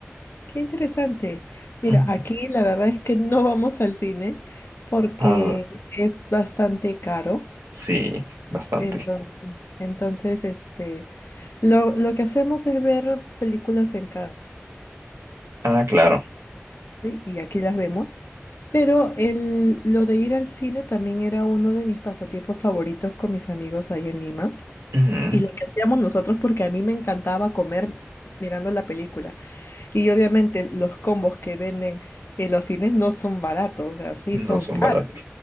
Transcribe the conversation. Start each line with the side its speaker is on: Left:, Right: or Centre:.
Left: Qué interesante. Mira,
Right: Ujú.
Left: aquí la verdad es que no vamos al cine porque
Right: Ah,
Left: es bastante caro.
Right: sí, bastante.
Left: Entonces, entonces este, lo, lo que hacemos es ver películas en casa
Right: Ah, claro.
Left: y aquí las vemos. Pero el, lo de ir al cine también era uno de mis pasatiempos favoritos con mis amigos ahí en Lima.
Right: Ujú.
Left: Y lo que hacíamos nosotros, porque a mí me encantaba comer mirando la película. Y obviamente los combos que venden en los cines no son baratos, o sea, sí
Right: No
Left: son
Right: son
Left: caros.
Right: baratos,